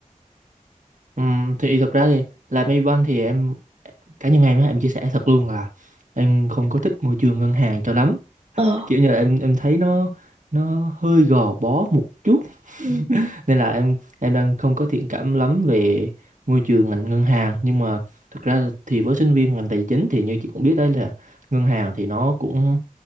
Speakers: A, on the right; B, on the right.
A: Ừm, thì thực ra thì làm Maybank thì em cá nhân em á, em chia sẻ thật luôn là em không có thích môi trường ngân hàng cho lắm
B: Ờ.
A: kiểu như là em em thấy nó nó hơi gò bó một chút <laughs>
B: Ừ, ừ,
A: nên là em em đang không có thiện cảm lắm về môi trường ngành ngân hàng nhưng mà thực ra thì với sinh viên ngành tài chính thì như chị cũng biết đấy là ngân hàng thì nó cũng